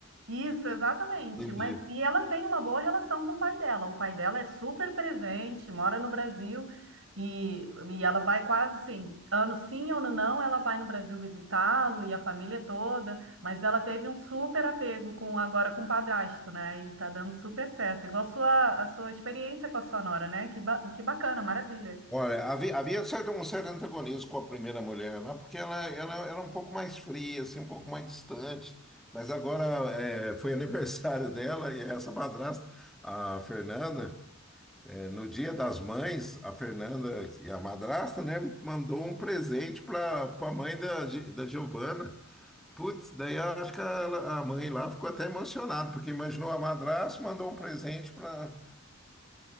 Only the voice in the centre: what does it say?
Entendi.
Olha, havia, havia certo, um certo antagonismo com a primeira mulher, né? Porque ela, ela era um pouco mais fria, assim, um pouco mais distante. Mas agora é, foi aniversário dela e essa madrasta, a Fernanda, é, no Dia das Mães, a Fernanda e a madrasta, né, mandou um presente para a mãe da, Gi- da Giovana. Putz, daí eu acho que ela- a mãe lá ficou até emocionada, porque imaginou a madrasta, mandou um presente para